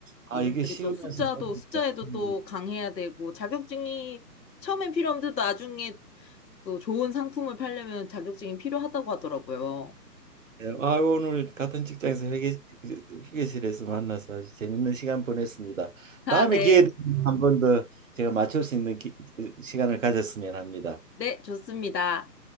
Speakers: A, on the right; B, on the left.
A: 아,
B: 이분들이
A: 이게 쉬우면서
B: 또 숫자도,
A: 어렵네.
B: 숫자에도
A: 음.
B: 또 강해야 되고, 자격증이 처음엔 필요 없는데 나중에 또 좋은 상품을 팔려면 자격증이 필요하다고 하더라고요.
A: 네, 아, 오늘 같은 직장에서 회계, 회계실에서 만나서 아주 재밌는 시간 보냈습니다.
B: 아,
A: 다음에
B: 네.
A: 기회 되면 한 번 더 제가 맞출 수 있는 기- 시간을 가졌으면 합니다.
B: 네, 좋습니다.